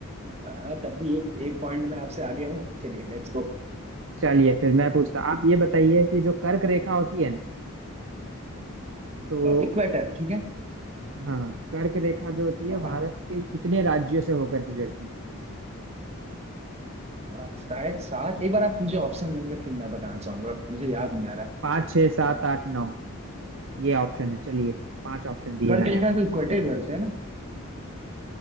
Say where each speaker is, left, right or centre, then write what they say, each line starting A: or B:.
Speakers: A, on the right; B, on the right.
A: हाँ तब भी एक एक पॉइंट में आपसे आगे हूँ चलिए लेट्स गो
B: चलिए फिर मैं पूछता आप ये बताइए कि जो कर्क रेखा होती है ना तो
A: इक्वेटर ठीक है
B: हाँ कर्क रेखा जो होती है
A: हाँ हाँ
B: भारत के कितने राज्यों से होकर गुजरती है
A: हाँ, शायद सात एक बार आप मुझे ऑप्शन देंगे फिर मैं बताना चाहूंगा मुझे याद नहीं आ रहा
B: पाँच छः सात आठ नौ ये ऑप्शन है चलिए पांच ऑप्शन दिए
A: कर्क
B: मैंने
A: रेखा
B: आपको
A: को इक्वेटर भी बोलते हैं ना